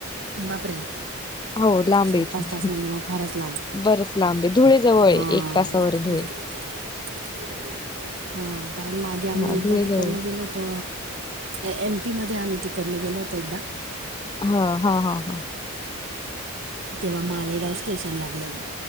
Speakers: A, on the right; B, on the left.
A: बापरे.
B: हो लांब
A: चार-पाच
B: आहे इथून
A: तास मग बरच लांब.
B: बरंच लांब आहे धुळे जवळ आहे
A: हा.
B: एक तासावर आहे धुळे
A: <unintelligible> हा कारण. मागे आम्ही
B: हा
A: एकदा
B: धुळे
A: तिकडनं
B: जवळ
A: गेलोतो. एम. पी. मध्ये आम्ही तिकडनं गेलो होतो एकदा.
B: हा. हा. हा. हा.
A: तेव्हा मालेगाव स्टेशन लागलेलं.